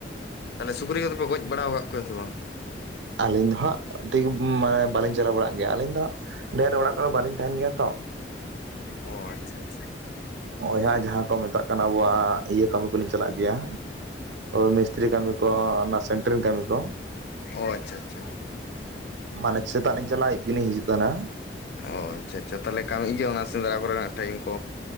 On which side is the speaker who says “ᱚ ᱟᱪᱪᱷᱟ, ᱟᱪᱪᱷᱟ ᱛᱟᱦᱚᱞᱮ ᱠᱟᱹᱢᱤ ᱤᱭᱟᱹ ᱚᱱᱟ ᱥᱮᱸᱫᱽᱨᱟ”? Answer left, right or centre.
Left